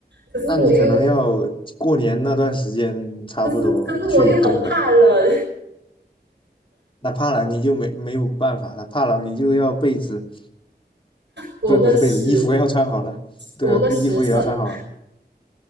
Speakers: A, on the right; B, on the left.
A: 可是我又
B: 那你可能要过年那段时间差不多去东北。
A: 可是可是我又很怕冷，
B: 那怕冷你就没没有办法了，怕冷你就要被子，
A: 裹个十
B: 不不是被子，衣服要穿好了，对啊，
A: 裹个十层
B: 衣服也要穿好啊